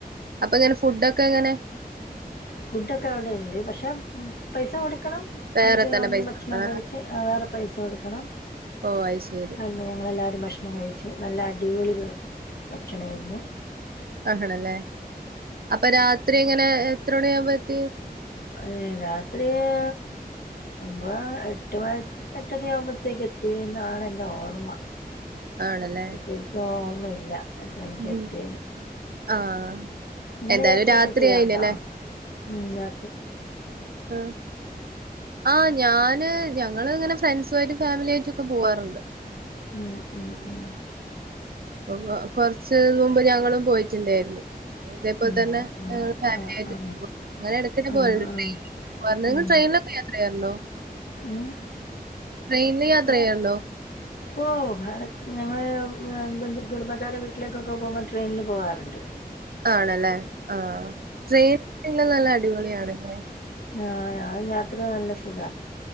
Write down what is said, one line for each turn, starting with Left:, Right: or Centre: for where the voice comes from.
Right: അപ്പൊ എങ്ങനെ ഫുഡൊക്കെ എങ്ങനെ
Left: ഫുഡൊക്കെ അവിടെ ഉണ്ട് പക്ഷെ പൈസ കൊടു കോടുക്കണം
Right: വേറെ
Left: എന്നിട്ട്
Right: തന്നെ
Left: അവിടുന്ന്
Right: പൈസ
Left: ഭക്ഷണം
Right: കൊടുക്കണല്ലേ
Left: കഴിച്ച് വേറെ പൈസ കൊടുക്കണം
Right: ഓ അത് ശരി
Left: അന്ന് ഞങ്ങളെല്ലാരും ഭക്ഷണം കഴിച്ചു നല്ല അടിപൊളി ഭക്ഷണായിരുന്നു
Right: ആ, ണല്ലേ അപ്പൊ രാത്രി എങ്ങനെ എത്ര മണി ആവുമ്പോത്തി
Left: ഏ രാത്രി ഏ ഒമ്പേ എട്ട് എട്ടര ആവുമ്പോത്തേക്ക് എത്തി വത്തി എന്നാാണ് എൻ്റെ ഓർമ്മ
Right: ആണല്ലേ
Left: ശരിക്കും ഓർമല്ല എത്ര മണിക്ക്
Right: ഉം
Left: എത്തിയേന്ന്
Right: ആഹ്
Left: ഇങ്ങള്
Right: എന്തായാലും
Left: യാത്രയൊക്കെ
Right: രാത്രി
Left: ചെയ്യാറുണ്ടോ
Right: ആയിനല്ലേ
Left: ഉ
Right: ആ ആ ഞാന് ഞങ്ങള് ഇങ്ങനെ ഫ്രണ്ട്സു ആയിട്ടും ഫാമിലിയ ആയിട്ടൊക്കെ പോവാാറുണ്ട്
Left: ഉം ഉം ഉം
Right: ആ കൊറച്ച് നുമ്പ് ഞങ്ങളും പോയിട്ടുണ്ടായിരുന്നു ഇതേപോലെ
Left: ആ
Right: തന്നെ ഞങ്ങള് ഫാമിലി
Left: ആ ആ
Right: ആയിട്ട്
Left: ആ
Right: പോവാറുണ്ട് അങ്ങനെ ഇടക്കിടെ
Left: ആഹ്
Right: പോലുണ്ട്
Left: ആഹ്
Right: ട്രെയി പറഞ്ഞ നിങ്ങൾ
Left: ഉം
Right: <unintelligible> ട്രെയിനിലൊക്കെ യാത്ര ചെയ്യരുന്നോ
Left: ഉം
Right: ട്രെയിനിന് യാത്ര
Left: ഓ
Right: ചെയ്യല്ണ്ടൊ
Left: ഓ അട ഞങ്ങള് കുടുംബക്കാരെ വീട്ടിലേക്കൊക്കെ പോകുമ്പോൾ ട്രെയിനിൽ പോവാാറുണ്ട്
Right: ആണല്ലേ ആട്രെയിൻ <unintelligible> നല്ല അടിപൊളിയ ആണല്ലേ
Left: ആ ആ യാത്ര നല്ല സുഖ